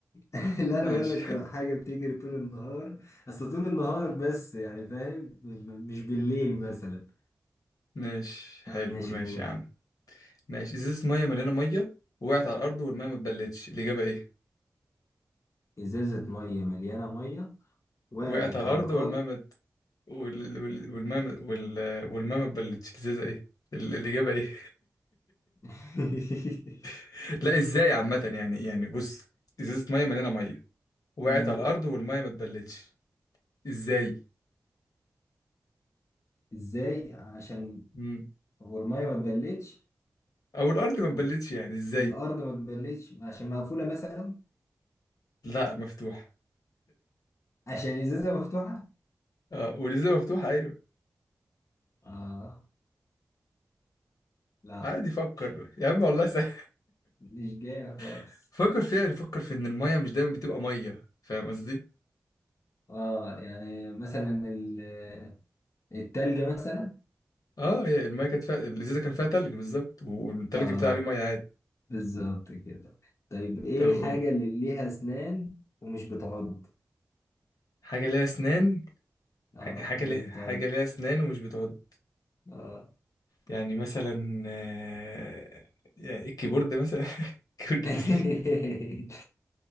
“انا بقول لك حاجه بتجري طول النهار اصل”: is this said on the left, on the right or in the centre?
Left